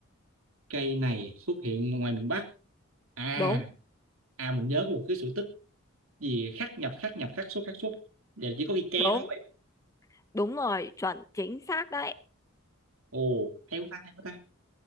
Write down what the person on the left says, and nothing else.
đúng
đúng
đúng rồi chuẩn chính xác đấy